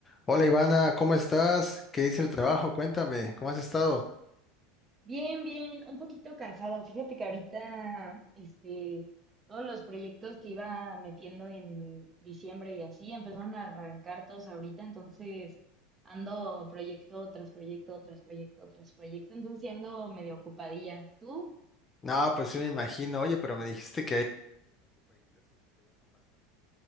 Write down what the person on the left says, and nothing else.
Hola Ivana, ¿cómo estás? ¿Qué dice el trabajo? Cuéntame, ¿cómo has estado?
No, pues sí me imagino. Oye, pero me dijiste